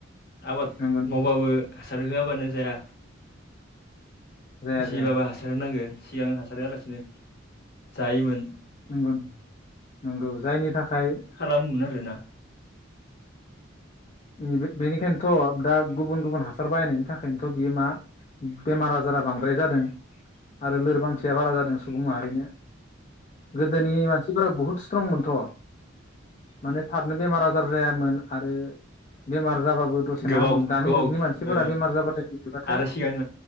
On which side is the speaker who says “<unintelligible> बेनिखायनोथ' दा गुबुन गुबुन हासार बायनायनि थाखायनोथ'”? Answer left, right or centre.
Left